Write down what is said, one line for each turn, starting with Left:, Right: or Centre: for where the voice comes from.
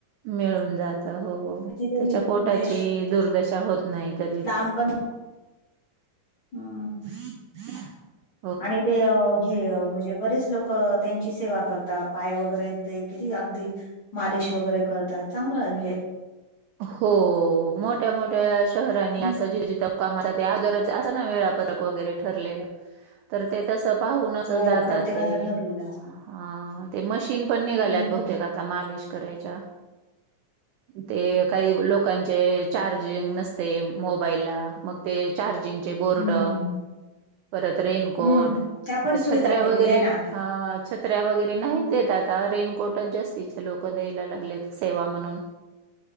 Right: मिळून जात, हो.
Left: जरी
Right: त्याच्या पोटाची
Left: म्हणजे
Right: दुर्दशा होत नाही कधीच
Left: लांब पण हम्म
Right: <unintelligible>
Left: आणि ते अ घे अ, म्हणजे बरेच लोक त्यांची सेवा करतात, पाय वगैरे ते किती अगदी मालिश वगैरे करतात, चांगलं ए म्हणजे
Right: हो, मोठ्या मोठ्या शहरांनी
Left: नाही
Right: अस
Left: का?
Right: जिथजिथ आगोदरच असत ना वेळापत्रक वगैरे ठरलेलं, तर ते तस पाहूनच
Left: हो
Right: जातात
Left: प्रत्येकाच
Right: ते,
Left: ठरलेलं असतं
Right: अ ते मशीन पण निघाल्यात
Left: हम्म
Right: बहुतेक आता. त्या मलिश करायच्या. ते काही लोकांचे चार्जिंग नसतय मोबाईलला, मग ते चार्जिंगचे बोर्ड
Left: हम्म
Right: परत रेनकोट,
Left: हम्म त्या पण
Right: आता
Left: सुविधा
Right: छत्र्या
Left: केलेल्या
Right: वगैरे,
Left: आहे ना आता
Right: हा. छत्र्या वगैरे नाही
Left: हं.
Right: देत आता, रेनकोटच जास्तीचे लोकं द्यायला लागलेत, सेवा म्हणून.